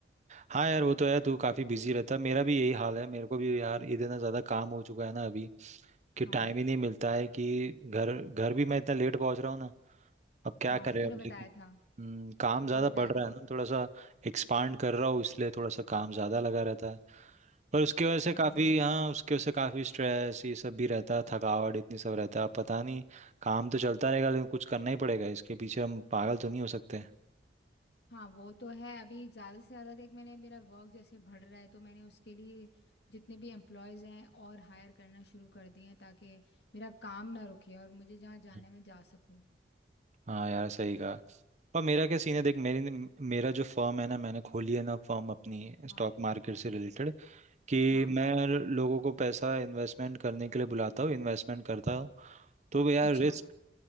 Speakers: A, on the right; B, on the left.
A: हाँ यार वो तो है तू काफी बिजी रहता मेरा भी यही हाल है मेरे को भी यार इतना ज्यादा काम हो चुका है ना अभी कि
B: हाँ
A: टाइम ही नहीं मिलता है कि घर घर भी मैं इतना लेट पहुंच रहा हूँ ना अब क्या
B: हाँ
A: करे
B: तूने
A: अब
B: बताया
A: लेकिन
B: था
A: हम्म, काम
B: तूने
A: ज्यादा बढ़
B: बताया
A: रहा
B: था
A: है ना थोड़ा सा एक्सपांड कर रहा हूँ इसलिए थोड़ा सा काम ज्यादा लगा रहता है पर उसकी वजह
B: सही
A: से काफी
B: है
A: हाँ उसके वजह से काफी स्ट्रेस ये सब भी रहता है थकावट इतनी सब रहता है अब पता नहीं काम तो चलता रहेगा लेकिन कुछ करना ही पड़ेगा इसके पीछे हम पागल तो नहीं हो सकते
B: हाँ वो तो है अभी ज़्यादा से ज़्यादा देख मैंने मेरा वर्क जैसे बढ़ रहा है तो मैंने उसके लिए जितने भी एम्प्लॉयज़ हैं और हायर करना शुरू कर दिए हैं ताकि मेरा काम ना रुके और मुझे जहाँ जाने
A: हम्म।
B: में जा सकूँ
A: हाँ यार सही कहा और मेरा क्या सीन है देख मेरी मेरा जो फर्म है ना मैंने खोली है ना फर्म अपनी
B: हाँ
A: स्टॉक मार्केट से रिलेटेड कि
B: हाँ
A: मैं लोगों को पैसा इन्वेस्टमेंट करने के लिए बुलाता हूँ इन्वेस्टमेंट करता हूँ तो यार
B: अच्छा
A: रिस्क